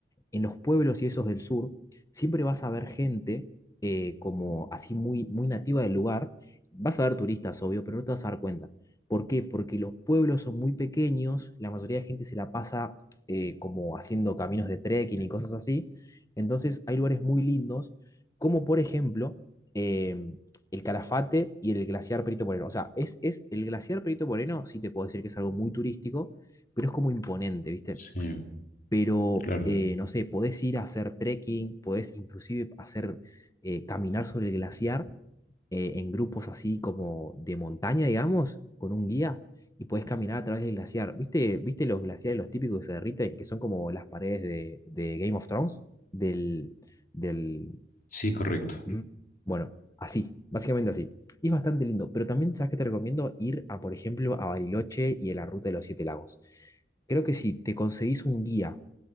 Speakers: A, on the left (about 20°); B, on the left (about 50°).
A: en los pueblos y esos del sur, siempre vas a ver gente eh, como así muy, muy nativa del lugar. Vas a ver turistas, obvio, pero no te vas a dar cuenta. ¿Por qué? Porque los pueblos son muy pequeños, la mayoría de gente se la pasa eh, como haciendo caminos de trekking y cosas así. Entonces hay lugares muy lindos, como por ejemplo eh, el Calafate y el glaciar Perito Moreno. O sea, es, es el glaciar Perito Moreno, sí te puedo decir que es algo muy turístico, pero es como imponente, ¿viste?
B: Sí,
A: pero
B: claro.
A: eh, no sé, podés ir a hacer trekking, podés inclusive hacer eh, caminar sobre el glaciar eh, en grupos así como de montaña, digamos, con un guía y podés caminar a través del glaciar. ¿Viste, viste los glaciares, los típicos que se derriten, que son como las paredes de, de Game of Thrones? Del, del...
B: Sí, correcto.
A: Mm, Bueno, así, básicamente así. Y es bastante lindo, pero también, ¿sabes qué te recomiendo? Ir a, por ejemplo, a Bariloche y a la Ruta de los Siete Lagos. Creo que si te conseguís un guía